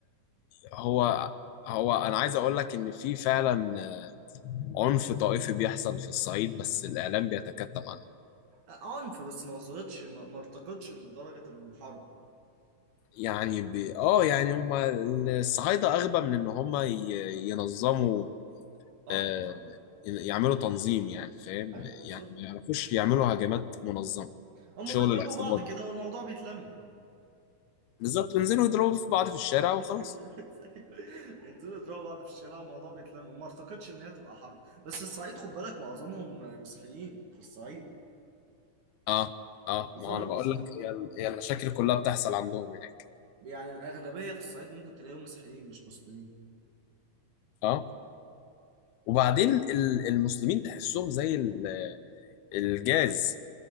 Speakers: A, on the left (about 85°); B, on the right (about 55°).
A: آه، هو هو أنا عايز أقول لك إن في فعلا عنف طائفي بيحصل في الصعيد بس الإعلام بيتكتم عنه
B: آه، عنف بس ما وصلتش ما, ما ارتقتش لدرجة الحرب
A: يعني ب... اه يعني هما الصعايدة أغبى من إن هما ي... ينظموا
B: اه
A: آه
B: بالظبط
A: ين- يعملوا تنظيم يعني فاهم
B: ايوه بالظبط
A: يعني ما يعرفوش يعملوا هجمات منظمة
B: هم
A: شغل
B: بيضربوا
A: العصابات
B: بعض كده
A: ده
B: والموضوع بيتلم
A: بالظبط بينزلوا يضربوا في بعض في الشارع وخلاص
B: <laughs> بينزلوا يضربوا بعض في الشارع والموضوع بيتلم ما اعتقدش ان هي تبقى حرب بس الصعيد خد بالك معظمهم مسيحيين في الصعيد
A: اه اه
B: معظمهم
A: ما أنا بقول
B: مسيحيين
A: لك هي ال- هي المشاكل كلها بتحصل عندهم هناك
B: يعني الاغلبيه في الصعيد ممكن تلاقيهم مسيحيين مش مسلمين
A: اه وبعدين ال- المسلمين تحسهم زي ال- الجاز